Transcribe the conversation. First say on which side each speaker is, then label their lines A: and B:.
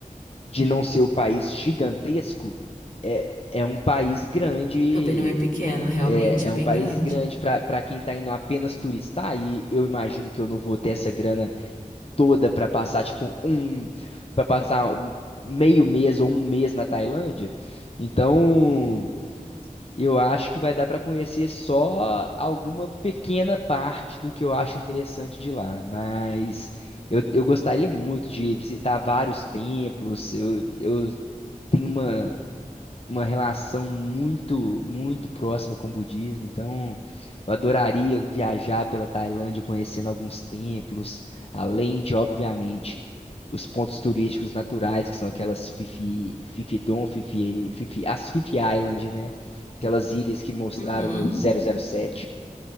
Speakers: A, on the left (about 45°); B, on the left (about 70°).
A: de não ser o país gigantesco, é, é um país grande.
B: Também não é pequeno, realmente,
A: É,
B: é
A: é
B: bem
A: um país
B: grande.
A: grande para para quem está indo apenas turistar, e eu imagino que eu não vou ter essa grana toda pra passar, tipo, um, pra passar meio mês ou um mês na Tailândia. Então, eu acho que vai dar pra conhecer só alguma pequena parte do que eu acho interessante de lá, mas eu, eu gostaria muito de visitar vários templos. Eu, eu tenho uma uma relação muito, muito próxima com o budismo. Então, eu adoraria viajar pela Tailândia conhecendo alguns templos, além de, obviamente, os pontos turísticos naturais, que são aquelas Phi Phi Don, Phi Phi- Phi Phi- as Phi Phi Island, né? Aquelas ilhas que mostraram
B: Uhum.
A: no zero zero sete